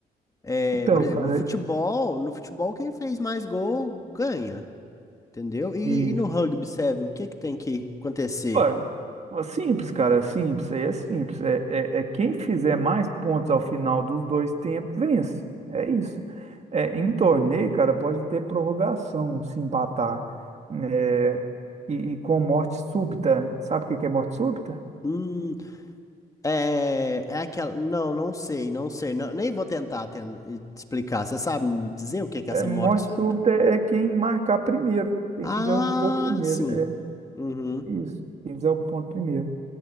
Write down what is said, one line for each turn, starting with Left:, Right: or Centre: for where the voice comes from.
Left: É,
Right: Então,
Left: por exemplo,
Right: cara,
Left: no futebol, no futebol quem fez mais gol ganha, entendeu? E,
Right: isso.
Left: e no rugby, Seven, o que que tem que acontecer?
Right: Olha, é simples, cara, é simples, aí é simples. É, é, é quem fizer mais pontos ao final dos dois tempos, vence. É isso. É, em torneio, cara, pode ter prorrogação se empatar. É, e, e com morte súbita. Sabe o que que é morte súbita?
Left: Hum, É, é aquela. Não, não sei, não sei. não- nem vou tentar ten- explicar. Você sabe me dizer o que que é
Right: É,
Left: essa
Right: morte
Left: morte súbita?
Right: súbita é quem marcar primeiro. Quem
Left: Ah,
Right: fizer o gol primeiro.
Left: sim.
Right: É
Left: Uhum.
Right: isso. Quem fizer o ponto primeiro.